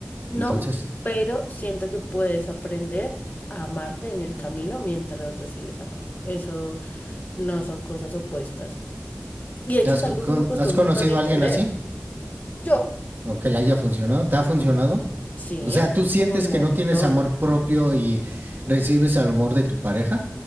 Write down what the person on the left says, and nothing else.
No,
pero siento que puedes aprender a amarte en el camino mientras recibes amor. Eso no son cosas opuestas. Y de
hecho
es
algo que me costó
un
montón entender.
Yo,
sí,
un montón.